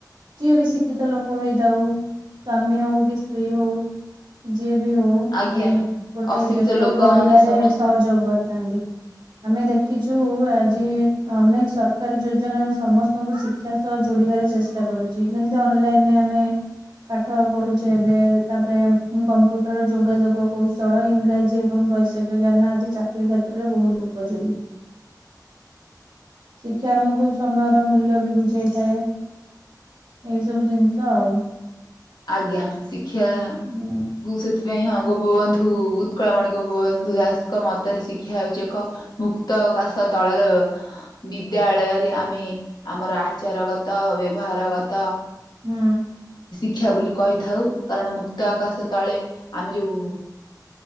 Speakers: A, on the right; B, on the left.
A: ଯିଏ ବି ଶିକ୍ଷିତ ଲୋକ ହେଇଥାାଉ ସ୍ଵାମୀ ହଉ କି ସ୍ତ୍ରୀ ହଉ ଯିଏ ବି ହଉଁ
B: ଆଜ୍ଞା
A: ଗୋଟେ
B: ଅଶିକ୍ଷିତ
A: ଦେଶ
B: ଲୋକମାନେ
A: ବି ଗଢିବାରେ
B: ସମସ୍ତ
A: ସହଯୋଗ କରିଥାନ୍ତି। ଆମେ ଦେଖିଚୁ ଆଜି ଅନେକ ସରକାରୀ ଯୋଜନା ସମସ୍ତଙ୍କୁ ଶିକ୍ଷା ସହ ଯୋଡିବାରେ ଚେଷ୍ଟା କରୁଚି ଯେମିତି ଅନଲାଇନରେ ଆମେ ପାଠ ପଢୁଛେ ଏବେ ତାପରେ କମ୍ପ୍ୟୁଟର ଯୋଗାଯୋଗ କୌଶଳ ଇଂରାଜୀ ଏବଂ ବୈଷୟିକ ଜ୍ଞାନ ଆଦି ଚାକିରୀ କ୍ଷେତ୍ରରେ ବହୁତ ଉପଯୋଗୀ ଶିକ୍ଷା ଆମକୁ ସମୟର ମୂଲ୍ୟ ବି ବୁଝେଇଥାଏ। ଏଇ ସବୁ ଜିନିଷ ଆଉ
B: ଆଜ୍ଞା ଶିକ୍ଷା
A: ହୁଁ
B: ମୁଁ ସେଥିପାଇଁ ହଁ ଗୋପବନ୍ଧୁ ଉତ୍କଳମଣି ଗୋପବନ୍ଧୁ ଦାସଙ୍କ ମତରେ ଶିକ୍ଷା ହଉଛି ଏକ ମୁକ୍ତ କାଶ ତଳର ବିଦ୍ୟାଳୟରେ ଆମେ ଆମର ଆଚାର ଗତ ବ୍ୟବହାର ଗତ
A: ହୁଁ।
B: ଶିକ୍ଷା ବୋଲି କହିଥାଉ କାରଣ ମୁକ୍ତ ଆକାଶ ତଳେ ଆମେ ଯୋଉ